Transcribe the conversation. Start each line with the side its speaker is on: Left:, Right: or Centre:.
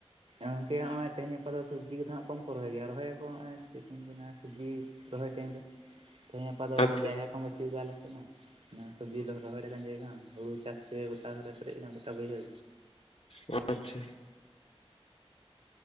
Right: ᱜᱚᱝᱠᱮ ᱦᱚᱸᱜᱼᱚᱭ ᱛᱮᱦᱮᱧ ᱜᱟᱯᱟ ᱫᱚ ᱥᱚᱵᱽᱡᱤ ᱠᱚᱫᱚ ᱦᱟᱜ ᱠᱚᱢ ᱠᱚ ᱨᱚᱦᱚᱭ ᱜᱮᱭᱟ ᱨᱚᱦᱚᱭᱟᱠᱚ ᱦᱚᱸᱜᱼᱚᱭ ᱥᱮᱠᱤᱱ ᱫᱤᱱᱟᱥ ᱥᱚᱵᱡᱤ ᱨᱚᱦᱚᱭ ᱴᱟᱭᱤᱢ ᱨᱮ᱾ ᱛᱮᱦᱮᱧ ᱜᱟᱯᱟ ᱫᱚ
Left: ᱟᱪᱪᱷᱟ
Right: ᱡᱟᱭᱜᱟ
Left: ᱦᱮᱸ
Right: ᱠᱚᱦᱚᱸ ᱵᱟᱹᱪᱩᱜᱫᱟ ᱟᱞᱮᱥᱮᱜ ᱢᱟ ᱥᱚᱵᱡᱤ ᱞᱮ ᱨᱚᱦᱚᱭ ᱞᱮᱠᱟᱱ ᱡᱟᱭᱜᱟ ᱦᱩᱲᱩ ᱪᱟᱥᱛᱮ ᱜᱚᱴᱟ ᱫᱷᱟᱨᱮ ᱯᱮᱨᱮᱡ ᱟᱠᱟᱱᱟ ᱜᱚᱴᱟ ᱵᱟᱹᱭᱦᱟᱹᱲ,
Left: ᱚ ᱟᱪᱪᱷᱟ᱾